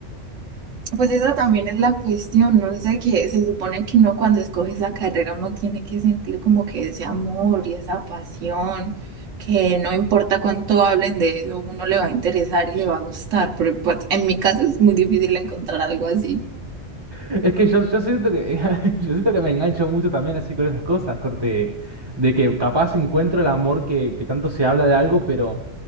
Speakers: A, on the right; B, on the right.
A: Pues esa también es la cuestión, ¿no? sé que se supone que uno cuando escoge esa carrera uno tiene que sentir como que ese amor y esa pasión, que no importa cuánto hablen de eso, uno le va a interesar y le va a gustar, pero pues, en mi caso es muy difícil encontrar algo así.
B: Es que yo, yo siento que <laughs> yo siento que me engancho mucho también así con esas cosas, corte, de que capaz encuentro el amor que, que tanto se habla de algo, pero